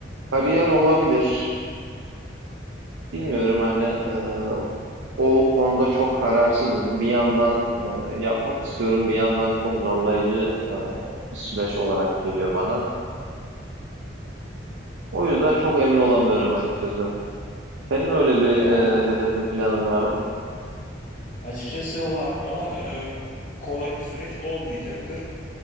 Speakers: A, on the right (about 80°); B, on the left (about 40°).
A: kariyer olabilir. Bilmiyorum hani e, o konuda çok kararsızım. Bir yandan e, yapmak istiyorum, bir yandan çok zorlayıcı e, bir süreç olarak geliyor bana. O yüzden çok emin olamıyorum
B: Evet.
A: açıkçası. Senin öyle bir
B: Ya
A: e,
B: o
A: hedefin, planın var mı?
B: açıkçası var ama e, kolay bir süreç olmayacaktır.